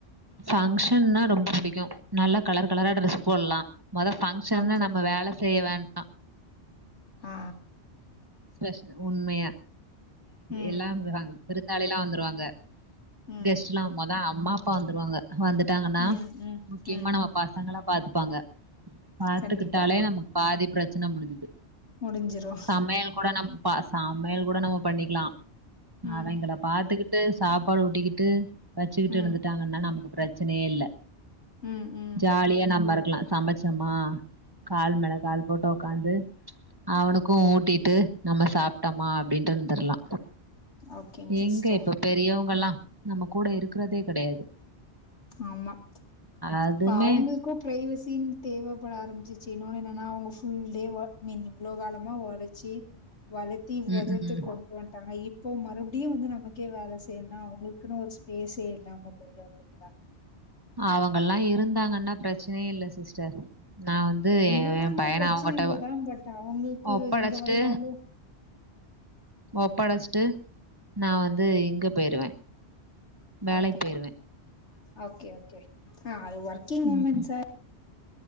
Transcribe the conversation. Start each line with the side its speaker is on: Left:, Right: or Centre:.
Right: பங்க்ஷன்னா ரொம்ப புடிக்கு நல்லா கலர் கலரா ட்ரெஸ் போட்லா மொதல்ல பங்க்ஷன்னா
Left: ஓகே
Right: நம்ம வேல செய்ய வேண்டா
Left: அ
Right: ஸ்பெஷ உண்மையா
Left: ம்
Right: எல்லா விருந்தாளில்லா வந்துருவாங்க
Left: ம்
Right: கெஸ்ட்லா அ மொத அம்மா அப்பா வந்துருவாங்க வந்துட்டாங்கன்னா
Left: ம் ம்
Right: முக்கியமா
Left: ம்
Right: நம்ம பசங்கள பாத்துப்பாங்க பாத்துக்கிட்டாலே
Left: கண்டிப்பா
Right: நமக்கு பாதி பிரச்சன முடிஞ்சது
Left: முடிஞ்சிரு
Right: சமையல் கூட நம்ம சமையல் கூட நம்ம பண்ணிக்கலா
Left: ம்
Right: அவைங்கள பாத்துக்கிட்டு சாப் சாப்பாடு ஊட்டிக்கிட்டு வெச்சுக்கிட்டு
Left: ம்
Right: இருந்துட்டாங்கன்னா நமக்கு பிரச்சனையே இல்ல
Left: ம் ம்
Right: ஜாலியா நம்ப இரு இருக்லா சமச்சமா கால் மேல கால் போட்டு உக்காந்து அவனுக்கு ஊட்டிட்டு நம்ம சாப்டோமா அப்டின்ட்டு இருந்துரலா
Left: ஓகேங்
Right: எங்க
Left: சிஸ்டர்
Right: இப்ப பெரியவங்கல்லா நம்ம கூட இருக்கிறதே கெடையாது
Left: ஆமா
Right: அதுமே
Left: இப்ப அவங்களுக்கு பிரைவசின்னு தேவப்பட ஆரம்பிச் சு இன்னொன்னு என்னன்னா அவுங்க புல் டே ஒர்க் மீன் இவ்ளோ காலமா ஒழச்சி வளத்தி இவ்ளோ
Right: ம்
Left: தூரத்திக்கி
Right: ம்
Left: கொண்டு வட்டாங்க இப்போ மறுபடியு வந்து நம்ம கே வேல செய்னுனா அவுங்குள்குனு ஒரு ஸ்பேஸே இல்லாம போய்ரு இல்லைங்ளா
Right: அவங்கல்லா இருந்தாங்கன்னா ப்ரச்சனயே இல்ல சிஸ்டர் நா வந்து எ
Left: இருந்தாங்கனா
Right: எ பையன
Left: ப்ரச்சன
Right: அவங்கட்ட
Left: இல்லதா பட் அவங்கள்கு
Right: ஒப்படச்சிட்டு
Left: இங்க வந்தாலு
Right: ஒப்படஸ்டு நா வந்து இங்க போய்ருவே வேலைக்
Left: ஓகே
Right: போய்ருவேன்
Left: ஓகே ஓகே அ அது ஒர்கிங் உமன்
Right: ம்
Left: சார்